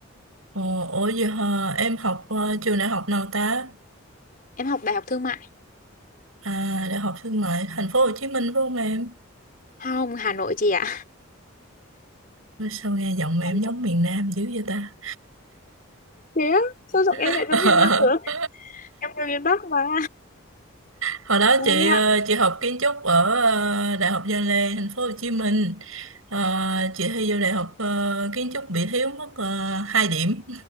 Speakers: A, on the right (about 75°); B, on the left (about 40°).
A: Ồ, ủa vậy hả? Em học ờ, trường đại học nào ta?
B: Em học đại học thương mại.
A: À, Đại học Thương mại Thành phố Hồ Chí Minh phải không em?
B: Không, Hà Nội chị ạ.
A: Sao nghe giọng em
B: Hà
A: giống
B: Nội.
A: miền Nam dữ vậy ta?
B: thế á sao giọng
A: <laughs>
B: em lại giống miền Nam được em người miền Bắc mà
A: Hồi đó
B: Trời
A: chị ờ,
B: ạ
A: chị học kiến trúc ở ờ, Đại học Văn Lang thành phố Hồ Chí Minh. Ờ, chị thi vô đại học ờ, kiến trúc bị thiếu mất uh, 2 điểm